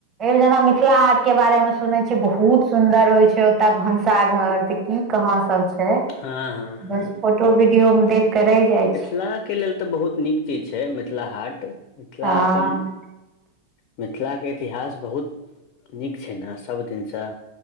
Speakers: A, on the right; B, on the left.
A: ए जेना मिथिला हाट के बारे में सुने छी बहुत सुंदर होय छै ओत भनसाघर त की कहाँ सब छै
B: हँ
A: ब
B: हँ
A: फोटो वीडियो मे देख के रहि जाय छी
B: मिथिलाके लेल तऽ बहुत नीक चीज छै, मिथिला हाट, मिथिला
A: हँ
B: अपन। मिथिलाके इतिहास बहुत नीक छै ने, सभदिनसँ।